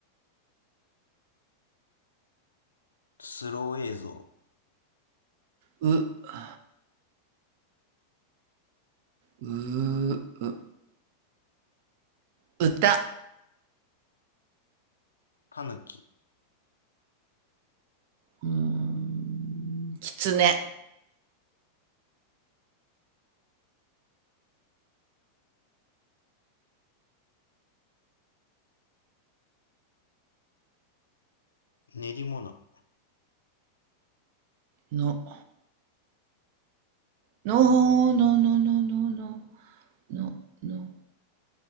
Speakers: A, on the left; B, on the right.
A: スロー映像、
B: う、う、う、歌、
A: タヌキ、
B: うーん、キツネ、
A: 練り物、
B: の、の、の、の、の、の、の、の、の、